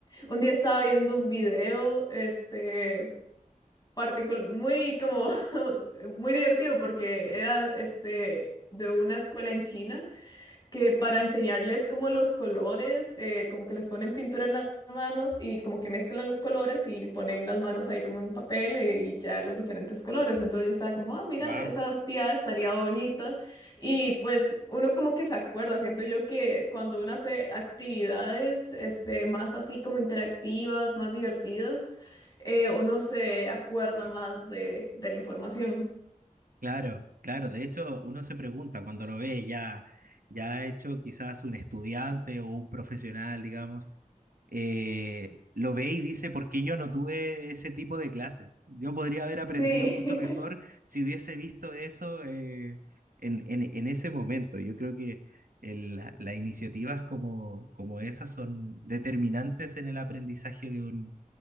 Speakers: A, on the left (about 30°); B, on the right (about 85°).
A: un día estaba viendo un video, este, particul- muy como, <laughs> muy divertido porque era, este, de una escuela en China que para enseñarles como los colores, eh, como que les ponen pintura en las manos y como que mezclan los colores y ponen las manos ahí como en un papel eh, y ya los diferentes colores. Entonces yo estaba como, ah, mira,
B: Wow.
A: esa actividad estaría bonita. Y pues uno como que se acuerda, siento yo que cuando uno hace actividades este, más así como interactivas, más divertidas, eh, uno se acuerda más de, de la información.
B: Claro, claro. De hecho, uno se pregunta cuando lo ve ya, ya hecho quizás un estudiante o un profesional, digamos, eh, lo ve y dice, ¿por qué yo no tuve ese tipo de clases? Yo podría haber aprendido
A: Sí.
B: mucho
A: <laughs>
B: mejor si hubiese visto eso eh, en, en- en ese momento. Yo creo que el- la- las iniciativas como, como esas son determinantes en el aprendizaje de un,